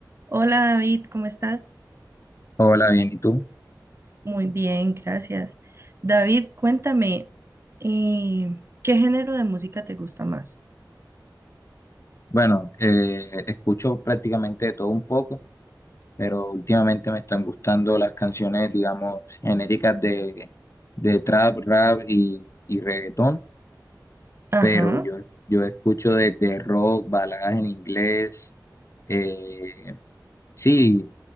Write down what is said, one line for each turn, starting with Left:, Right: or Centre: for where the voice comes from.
Right: Hola David, ¿cómo estás?
Left: Hola, bien, ¿y tú?
Right: Muy bien, gracias. David, cuéntame, eh, ¿qué género de música te gusta más?
Left: Bueno, eh, escucho prácticamente de todo un poco, pero últimamente me están gustando las canciones, digamos, genéricas de, de trap, rap y, y reggaetón,
Right: Ajá,
Left: pero yo, yo escucho desde rock, baladas en inglés, eh, sí,